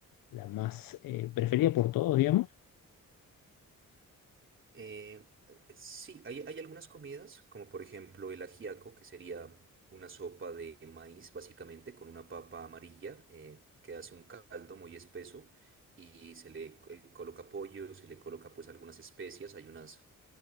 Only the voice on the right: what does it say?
Eh, sí, hay, hay algunas comidas, como por ejemplo el ajiaco, que sería una sopa de maíz, básicamente, con una papa amarilla, eh, que hace un caldo muy espeso y se le eh, coloca pollo, se le coloca pues algunas especias, hay unas,